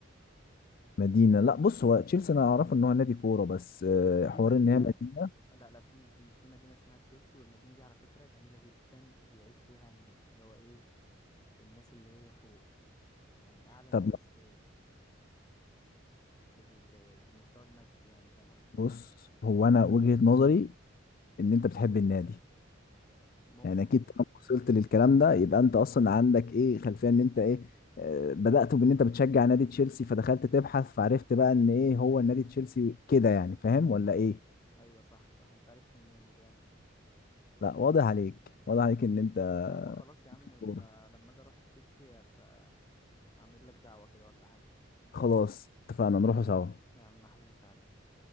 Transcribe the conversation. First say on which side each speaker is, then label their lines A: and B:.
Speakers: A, on the left (about 45°); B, on the left (about 20°).
A: مدينة لا بص هو تشيلسي انا اعرفه ان هو نادي كورة بس آه،
B: في
A: حوار
B: مدينه
A: ان هي مدينة
B: لا لا في في في مدينه اسمها تشيلسي والمدينه دي على فكره جميله جدا وبيعيش فيها اللي هو ايه الناس اللي هي فوق يعني اعلى
A: طب
B: ناس في ال- في المستوى المادي يعني فاهم قصدي
A: بص هو انا وجهة نظري ان انت بتحب النادي
B: ممكن
A: يعني اكيد طالما وصلت للكلام ده يبقى انت اصلا عندك ايه خلفية ان انت ايه آه، بدأت بان انت بتشجع نادي تشيلسي فدخلت تبحث فعرفت بقى ان ايه هو النادي تشيلسي كده يعني فاهم
B: ايوه
A: ولا ايه
B: ايوه ايوه صح صح انت عرفت منين جامد
A: لا واضح عليك واضح عليك ان انت
B: يا عم خلاص يا عم
A: في الكورة
B: يبقى لما اجي اروح تشيلسي ابقى اعمل لك دعوة كده ولا حاجة
A: خلاص اتفقنا نروحوا سوا
B: يا عم احلى مسا عليك